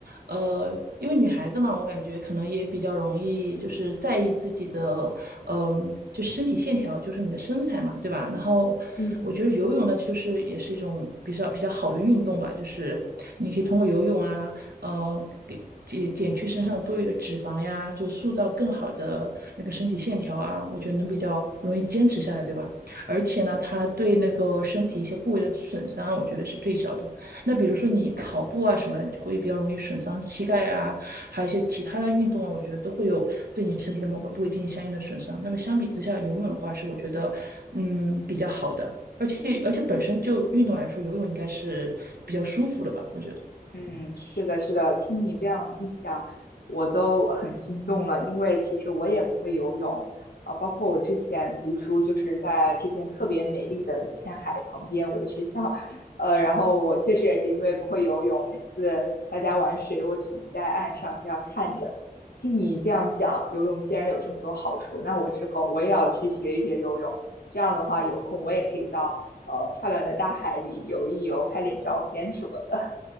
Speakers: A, on the right; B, on the left.
A: 呃，因为女孩子嘛，我感觉可能也比较容易就是在意自己的，嗯、就身体线条，就是你的身材嘛，对吧？然后我觉得游泳呢，
B: 嗯。
A: 就是也是一种比较比较好的运动吧，就是你可以通过游泳啊，呃，给减减去身上多余的脂肪呀，就塑造更好的那个身体线条啊，我觉得能比较容易坚持下来，对吧？而且呢，它对那个身体一些部位的损伤，我觉得是最小的。那比如说你跑步啊什么的，你就会比较容易损伤膝盖啊，还有一些其他的运动啊，我觉得都会有对你身体的某个部位进行相应的损伤。那么相比之下，游泳的话是我觉得嗯比较好的，
B: 嗯
A: 而且而且本身就运动来说，
B: 嗯。
A: 游泳应该是比较舒服的吧，我觉得。
B: 嗯，是的，是的，听你这样一讲，我都很心动了，因为其实我也不会游泳，啊、包括我之前读书就是在这边特别美丽的一片海旁边，我的学校，呃，然后我确实也是因为不会游泳，每次大家玩水，我只能在岸上这样看着。听你这样讲，游泳既然有这么多好处，那我之后我也要去学一学游泳，这样的话有空我也可以到呃漂亮的大海里游一游，拍点照片什么的，